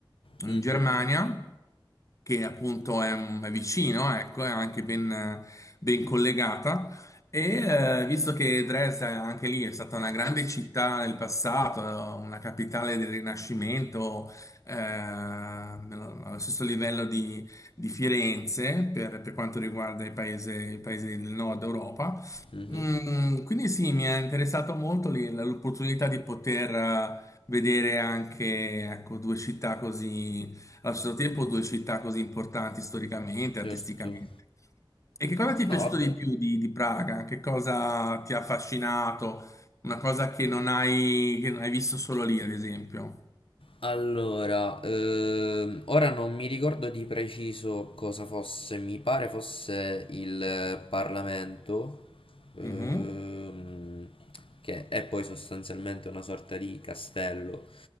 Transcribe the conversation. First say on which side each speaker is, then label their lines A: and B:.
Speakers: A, on the left; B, on the left.
A: mhm,
B: in Germania, che appunto è, è vicino, ecco, è anche ben, ben collegata. E eh, visto che Dresda è anche lì è stata una grande città nel passato, una capitale del Rinascimento, eh, nello- allo stesso livello di, di Firenze per, per quanto riguarda i paesi, i paesi del nord Europa.
A: mhm,
B: Mm, quindi sì, mi è interessato molto lì l- l'opportunità di poter eh, vedere anche ecco, due città così, allo stesso tempo due città così importanti storicamente,
A: certo.
B: artisticamente. E che cosa ti è piaciuto
A: No, vabbè.
B: di più di, di Praga? Che cosa ti ha affascinato? Una cosa che non hai, che non hai visto solo lì, ad esempio.
A: Allora, ehm, ora non mi ricordo di preciso cosa fosse, mi pare fosse il Parlamento, ehm,
B: Mhm.
A: che è poi sostanzialmente una sorta di castello,